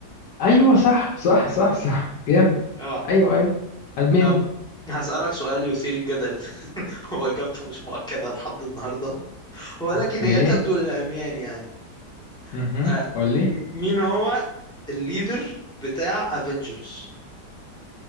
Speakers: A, on the left; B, in the centre.
A: ايوه صح صح صح صح جامد
B: اوعى
A: ايوه ايوه ادمنيوم
B: طب هسألك سؤال يثير الجدل <laughs> وإجابته مش مؤكدة لحد النهاردة ولكن
A: اوكي
B: هي تبدو للعميان يعني
A: امم
B: آه
A: قول لي
B: م- مين هو الليدر بتاع افنجرز